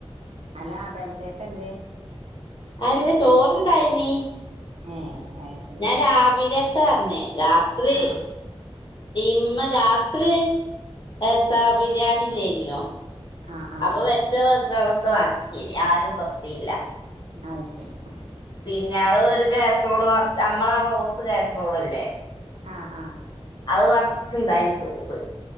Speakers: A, on the right; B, on the left.
A: അല്ലാ പെലച്ചയക്ക് എന്ത്
B: അല്ല ചോറുണ്ടായിനീ
A: ഏ അത് ശരി
B: ഞാൻ രാവിലത്തെ പറഞ്ഞേ രാത്രി
A: ആ
B: ഇമ്മ- രാത്രി എന്താ ബിരിയാണി ലേനിയോ
A: ആ ആ
B: അപ്പൊ
A: ആ
B: വെച്ച വെർജോ <unintelligible> ളൊക്കെ വാക്കിയന് ആരും തൊട്ടിയില്ല
A: ആ ശല് <unintelligible>
B: പിന്നെ അത് ഒരു കാസറോൾ നമ്മളാ റോസ് കാസറോൾ ഇല്ലേ
A: ആഹ് ആഹ
B: അത് കൊറച്ച് ഇണ്ടായി ചോറ്